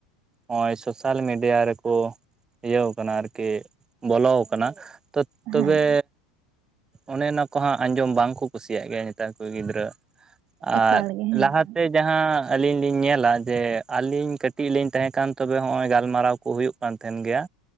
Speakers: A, on the right; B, on the right.
A: ᱱᱚᱜᱼᱚᱭ ᱥᱳᱥᱟᱞ ᱢᱤᱰᱤᱭᱟ ᱨᱮᱠᱚ ᱤᱭᱟ. ᱣ ᱠᱟᱱᱟ ᱟᱨᱠᱤ ᱵᱚᱞᱚᱣ ᱠᱟᱱᱟ᱾ ᱛᱚᱵᱮ
B: ᱦᱮᱸ
A: ᱚᱱᱮ ᱚᱱᱟ ᱠᱚ ᱦᱟᱸᱜ ᱟᱸᱡᱚᱢ ᱵᱟᱝᱠᱚ ᱠᱩᱥᱤᱭᱟᱜ ᱜᱮᱭᱟ ᱱᱮᱛᱟᱨ ᱠᱚ ᱜᱤᱫᱽᱨᱟᱹ᱾ ᱟᱨ
B: ᱮᱠᱟᱞ ᱜᱮ ᱦᱮᱸ
A: ᱞᱟᱦᱟᱛᱮ ᱡᱟᱦᱟᱸ ᱟᱹᱞᱤᱧ ᱞᱤᱧ ᱧᱮᱞᱟ ᱡᱮ ᱟᱹᱞᱤᱧ ᱠᱟᱹᱴᱤᱡ ᱞᱤᱧᱼᱼ ᱛᱟᱦᱮᱸ ᱠᱟᱱ ᱛᱚᱵᱮ ᱦᱚᱸᱜ-ᱚᱭ ᱜᱟᱞᱢᱟᱨᱟᱣ ᱠᱚ ᱦᱩᱭᱩᱜ ᱠᱟᱱ ᱛᱟᱦᱮᱸᱱ ᱜᱮᱭᱟ